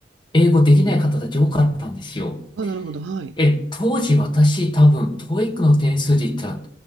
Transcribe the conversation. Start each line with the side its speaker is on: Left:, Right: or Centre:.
Left: 英語できない方たち多かったんですよ。
Right: あ、なるほど。はい。
Left: え、当時私多分、TOEIC の点数で言ったら